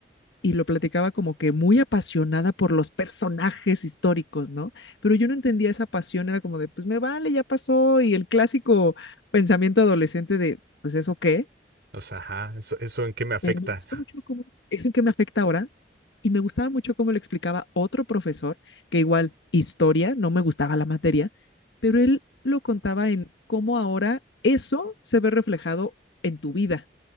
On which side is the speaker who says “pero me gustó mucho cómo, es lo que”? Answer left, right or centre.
Left